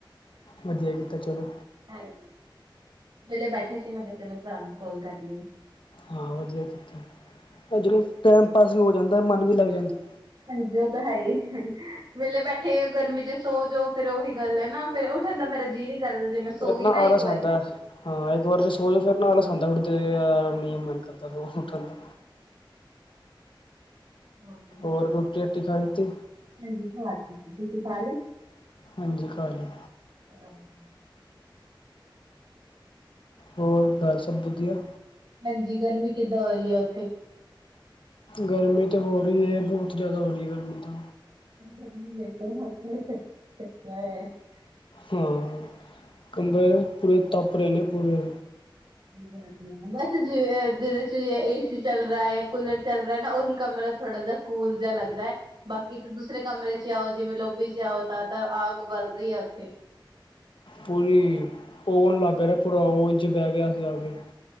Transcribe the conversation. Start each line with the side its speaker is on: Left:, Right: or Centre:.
Left: ਵਧੀਆ ਕੀਤਾ ਚਲੋ।
Right: ਹਾਂਜੀ, ਵੇਲੇ ਬੈਠੇ ਸੀ। ਮੈਂ ਕਿਹਾ ਚਲੋ ਭਰਾ ਨੂੰ ਕੋਲ ਕਰਲੀਏ।
Left: ਹਾਂ ਵਧੀਆ ਕੀਤਾ। ਜਦੋਂ ਟੈਮ ਪਾਸ ਵੀ ਹੋ ਜਾਂਦਾ, ਮਨ ਵੀ ਲੱਗ ਜਾਂਦਾ।
Right: ਹਾਂਜੀ ਉਹ ਤਾਂ ਹੈ ਹੀ, <unintelligible> ਵੇਲੇ ਬੈਠੇ ਗਰਮੀ ਚ ਸੋ ਜੋ, ਫੇਰ ਉਹੀ ਗੱਲ ਐਨਾਂ ਫੇਰ ਠਣ ਦਾ ਮੇਰਾ ਜੀਅ ਨਹੀਂ ਕਰਦਾ। ਜੇ ਮੈਂ ਸੋ
Left: ਫਿਰ
Right: ਗਈ
Left: ਨਾਂ
Right: ਨਾ
Left: ਆਲਸ
Right: ਇੱਕ ਵਾਰੀ
Left: ਆਂਦਾ, ਹਾਂ ਇੱਕ ਵਾਰ ਜੇ ਸੋਜੇ ਫੇਰ ਨਾਂ ਆਲਸ ਆਂਦਾ ਉਠਦੇ ਆ ਨੀਂ ਮਨ ਕਰ ਰੋਜ ਉਠਣਦਾਂ
Right: ਹਂ
Left: ਹੋਰ ਰੋਟੀ-ਰਾਟੀ ਖਾ ਲਿੱਤੀ।
Right: ਹਾਂਜੀ, ਖਵਾਤੀ ਸੀ। ਤੁਸੀਂ ਖਾਲੀ?
Left: ਹਾਂਜੀ ਖਾਲੀ।
Right: <unintelligible>
Left: ਹੋਰ ਘਰ ਸਭ ਵਧੀਆ।
Right: ਹਾਂਜੀ ਗਰਮੀ ਕਿੱਦਾਂ ਹੋਈ ਆ ਉੱਥੇ?
Left: ਗਰਮੀ ਤੇ ਹੋ ਰਹੀ ਐ, ਬਹੁਤ ਜ਼ਿਆਦਾ ਹੋ ਰਹੀ ਹੈ ਗਰਮੀ ਤੇ।
Right: ਗਦਮੀ ਨੇ ਤੋਂ ਹ ਚ ਚੱਕਿਆ ਹੈ <unintelligible>
Left: ਹਾਂ ਕਮਰੇ ਪੂਰੇ ਤੱਪ ਰਹੇ ਨੇਂ ਪੂਰੇ।
Right: ਹਂ। ਬਸ ਜਿਵੇਂ ਜਿਹਦੇ ਚ ਏਸੀ ਚੱਲ ਰਹਾ ਜਾਂ ਕੂਲਰ ਚੱਲ ਰਹਾ ਨਾਂ ਉਹੀ ਕਮਰਾ ਥੋੜਾ ਜ ਕੂਲ ਜਿਹਾ ਲੱਗਦਾ ਐ। ਬਾਕੀ ਤਾਂ ਦੂਸਰੇ ਕਮਰੇ ਚ ਆਓ ਜਿਵੇਂ ਲੋਭੀ ਚ ਆਓ ਤਾਂ ਤਾਂ ਆਗ ਬਲ ਰਹੀ ਆ ਉੱਥੇ।
Left: ਪੂਰੀ ਓਵਨ ਲੱਗ ਰਿਆ ਪੂਰਾ ਓਵਨ ਚ ਬਹਿ ਗਿਆ ਸ ਜਾ ਕੇ।